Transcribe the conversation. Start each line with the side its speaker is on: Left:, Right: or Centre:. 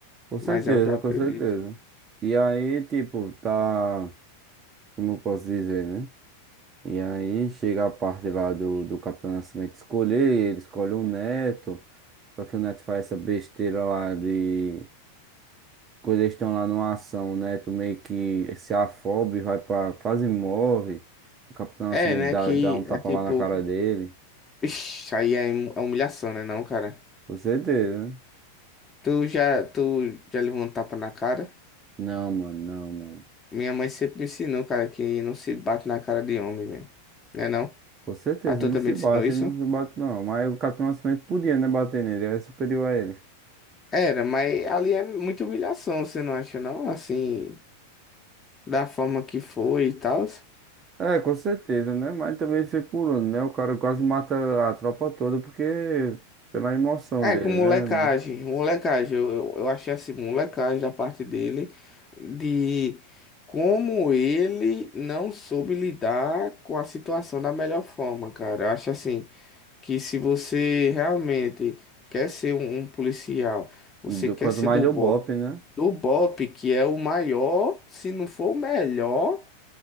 Right: com certeza,
Left: mas é o que eu acredito.
Right: com certeza. E aí, tipo, tá, como eu posso dizer, né? E aí chega a parte lá do, do Capitão Nascimento escolher, ele escolhe o neto, só que o neto faz essa besteira lá de. Quando eles estão lá numa ação, o neto meio que se afobe, vai pra. quase morre. O Capitão Nascimento
Left: É, né?
Right: dá,
Left: Que
Right: dá um tapa
Left: é tipo.
Right: lá na cara dele.
Left: Ixi, aí é hum- é humilhação, né, não, cara?
Right: Com certeza, né?
Left: Tu já, tu já levou um tapa na cara?
Right: Não, mano, não, não.
Left: Minha mãe sempre me ensinou, cara, que não se bate na cara de homem, velho. Né, não?
Right: Com certeza,
Left: A tua
Right: não
Left: também
Right: se
Left: te
Right: bate,
Left: ensinou isso?
Right: ele não se bate não. Mas o Capitão Nascimento podia, né, bater nele, era superior a ele.
Left: Era, mas ali é muita humilhação, você não acha, não? Assim, da forma que foi e tal.
Right: É, com certeza, né? Mas também ele foi pulando, né? O cara quase mata a tropa toda porque pela emoção
Left: É,
Right: dele,
Left: com molecagem,
Right: né, mano?
Left: molecagem, eu, eu, eu achei assim, molecagem da parte dele, de como ele não soube lidar com a situação da melhor forma, cara. Eu acho assim, que se você realmente quer ser um, um policial, você
Right: Do-
Left: quer
Right: Quanto
Left: ser
Right: mais
Left: do
Right: deu
Left: BOP,
Right: bope, né?
Left: do BOP, que é o maior, se não for o melhor,